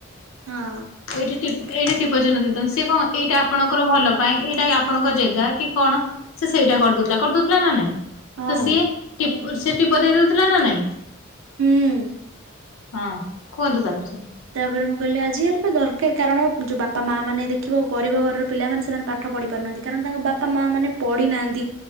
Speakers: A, on the right (about 65°); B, on the left (about 75°).
A: ହଁ
B: ଏଇଠି ଟିପ୍ ଏଇଠି ଟିପଚିହ୍ନ ଦେଇଦିଅନ୍ତୁ ସେ କଣ ଏଇଟା ଆପଣଙ୍କର ଭଲ ପାଇଁ ଏଇଟା ଆପଣଙ୍କ ଜେଗା କି କଣ ସେ ସେଇଟା କରିଦଉଥିଲା କରିଦଉଥିଲା ନା ନାଇଁ।
A: ହଁ
B: ତ ସିଏ ଟି ସେ ଟିପ ଦେଇ ଦଉଥିଲା ନା ନାଇଁ।
A: ହୁଁ।
B: ହଁ କୁହନ୍ତୁ ତାପରେ ସେଇଠୁ।
A: ତାପରେ ମୁଁ କହିଲି ଆଜି କାଲି ପା ଦରକାର କାରଣ ଯୋଉ ବାପା ମା ମାନେ ଦେଖିବ ଗରିବ ଘରର ପିଲାମାନେ ସେମାନେ ପା ଠ ପଢି ପାରୁନାହାନ୍ତି କାରଣ ତାଙ୍କ ବାପା ମା ମାନେ ପଢିନାହାନ୍ତି